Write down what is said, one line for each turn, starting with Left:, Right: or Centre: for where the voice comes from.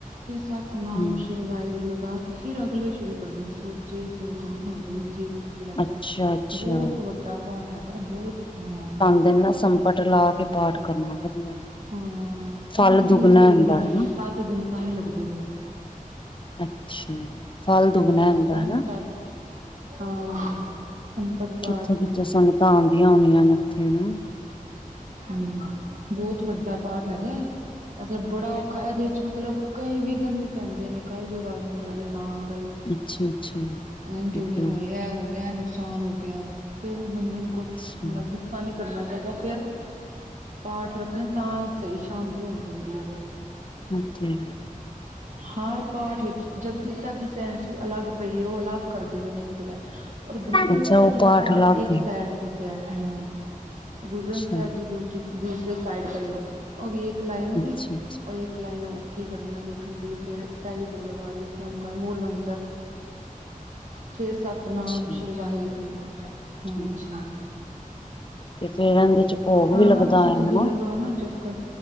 Right: ਫਿਰ ਸਤਨਾਮ
Left: ਹੂੰ
Right: ਸ਼ ਵਾਹਿਗੁਰੂ ਲਗਾ ਕੇ ਫਿਰ ਅਗਲੇ ਸ਼ੁਰੂ ਕਰਦੀ ਸੀ, ਸੋਚੇ ਸੋਚ ਨ ਹੋਵੀ ਈ ਜੇ ਸੋਚੀ ਜਪੁਜੀ
Left: ਅੱਛਾ
Right: ਦਾ
Left: ਅੱਛਾ।
Right: ਬਹੁਤ ਵੱਡਾ ਪਾਠ ਹੈਗਾ, ਬਹੁਤ ਹਾਂ
Left: ਦੇ ਨਾ ਸੰਪਟ ਲਾ ਕੇ, ਪਾਠ ਕਰਨਾ ਵਧੀਆ
Right: ਹਾਂ ਤਾਂਹੀਓ,
Left: ਫਲ ਦੁੱਗਣਾ
Right: ਇਹਦੇ ਚ ਦੇਰ
Left: ਹੁੰਦਾ
Right: ਲੱਗਦੀ,
Left: ਹਨਾ।
Right: ਸੱਤ ਦਿਨ ਤਾਂ ਹੀ ਲੱਗਦੇ ਨੇ
Left: ਅੱਛਾ, ਫਲ ਦੁੱਗਣਾ
Right: ਹਮ
Left: ਹੁੰਦਾ
Right: ਤਾਂ ਹੀ
Left: ਹਨਾ
Right: ਸੱਤ ਹਾਂ ਸੰਪਟ ਪਾਠ
Left: ਕਿੱਥੋਂ -ਕਿਥੇ
Right: ਹੁੰਦਾ
Left: ਸੰਗਤਾਂ ਆਉਂਦੀਆਂ ਹੋਣੀਆਂ ਨੇ ਇੱਥੇ ਹਨਾ
Right: ਹਮ, ਬਹੁਤ ਵੱਡਾ ਪਾਠ ਹੈਗਾ ਮਤਲਬ ਬੜਾ ਔਖਾ, ਏਦੇ ਵਿੱਚ ਮੱਤਲਬ ਕਈ ਵਿਘਣ ਵੀ ਪੈਂਦੇ ਨੇ, ਕੱਲਯੁਗ ਆ ਜਾਂਦਾ ਵੀ ਹਾਂ ਬਈ
Left: ਅੱਛਾ-ਅੱਛਾ।
Right: ਇਝ
Left: ਇੱਕ
Right: ਹੁਣੇ
Left: ਮਿੰਟ
Right: ਹੋਇਆ ਉਹ ਵਈ ਐ ਨੁਕਸਾਨ ਹੋ ਗਿਆ, ਫੇਰ ਵੀ ਬੰਦੇ ਨੂੰ ਕੁਛ
Left: ਅੱਛਾ
Right: ਮਤਲਵ
Left: ਹੂੰ
Right: ਗੁੱਸਾ ਨ ਕਰਨਾ ਚਾਹੀਦਾ ਫਿਰ, ਪਾਠ ਰੱਖਣਾ ਤਾਂ ਸਹੀ ਸ਼ਾਂਤੀ ਹੋ ਜਾਂਦੀ ਹੈ ਫ
Left: ਅੱਛਾ।
Right: ਹਰ ਪਾਠ ਵਿੱਚ ਜਪੁਜੀ ਸਾਹਿਬ ਦੀ ਸੇਚੀ, ਅਲੱਗ ਪਈਏ, ਉਹ ਅਲੱਗ ਕਰਦੇ ਪਏ ਨੇ ਤੇ ਲੇ ਗੁਰੂ ਗ੍ਰੰਥ
Left: ਅੱਛਾ
Right: ਸਾਹਿਬ
Left: ਓ
Right: ਜੀ ਦਾ ਪਾਠ,
Left: ਅਲੱਗ
Right: ਇੱਕ
Left: ਏ
Right: ਸਾਈਡ ਤੇ ਪਿਆ ਹਾਂ ਗੁਰੂ
Left: ਅੱਛਾ,
Right: ਗ੍ਰੰਥ ਸਾਹਿਬ ਜੀ ਦੀ ਦੂਜੀ ਬੀੜ ਉਹ ਵੀ ਇੱਕ ਲਾਈਨ ਉਹਦੀ,
Left: ਅੱਛਾ-ਅੱਛਾ,
Right: ਉਹ ਇੱਕ ਲਾਈਨ ਔਖੀ ਕੜੀ ਦੇਖਣ ਦੀ ਫੇਰ ਪਹਿਲੀ ਪੌੜੀ ਦਾ ਪਾਠ, ਇੱਕ ਓਂਕਾਰ ਮੂਲ ਮੰਤਰ ਫਿਰ, ਸਤਨਾਮ
Left: ਅੱਛਾ।
Right: ਸ਼੍ਰੀ ਵਾਹਿਗੁਰੂ, ਹਾਂਜੀ।
Left: ਠੀਕ ਏ ਤੇ ਫੇਰ ਏਂਦੇ ਚ ਭੋਗ
Right: ਆਣਾ
Left: ਵੀ ਲੱਗਦਾ
Right: ਤੁਸੀਂ,
Left: ਹੋਇਆ
Right: ਕਦੇ
Left: ਹਨਾ
Right: ਲਗਾਓਨਾ ਨਾ ਚੱਕਰ